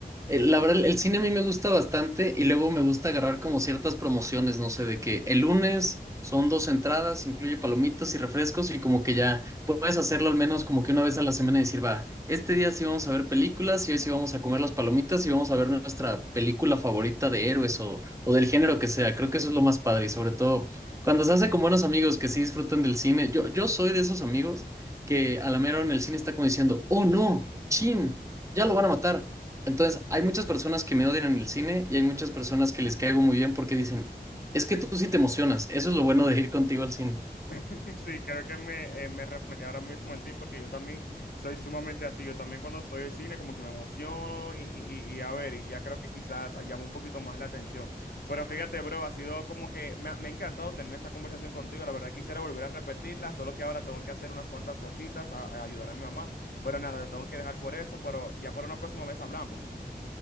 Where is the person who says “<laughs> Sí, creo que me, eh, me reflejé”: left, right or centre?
Left